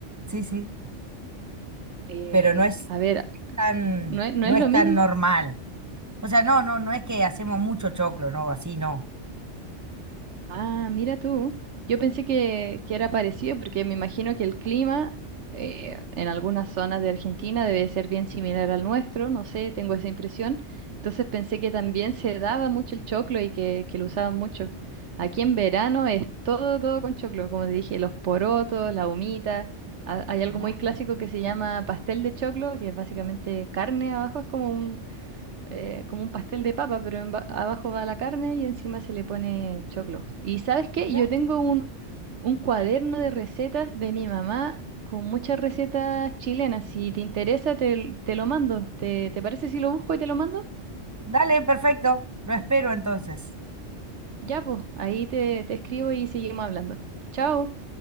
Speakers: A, on the right (about 15°); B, on the right (about 70°).
A: sí, sí,
B: Em,
A: pero no es
B: a ver,
A: tan,
B: no es, no
A: no
B: es lo
A: es
B: mismo,
A: tan normal. O sea, no, no, no es que hacemos mucho choclo, no, así no.
B: Ah, mira tú. Yo pensé que, que era parecido porque me imagino que el clima eh, en algunas zonas de Argentina debe ser bien similar al nuestro, no sé, tengo esa impresión. Entonces pensé que también se daba mucho el choclo y que, que lo usaban mucho. Aquí en verano es todo, todo con choclo, como te dije, los porotos, la humita. Ha- Hay algo
A: Ya,
B: muy clásico que se llama pastel de choclo, que es básicamente carne abajo, es como eh, como un pastel de papa, pero en ba- abajo va la carne y encima se le pone choclo. ¿Y sabes qué?
A: ya.
B: Yo tengo un, un cuaderno de recetas de mi mamá con muchas recetas chilenas. Si te interesa, te, te lo mando. ¿Te, te parece si lo busco y te lo mando?
A: Dale, perfecto. Lo espero entonces.
B: Ya, pues, ahí te, te escribo y seguimos hablando. Chao.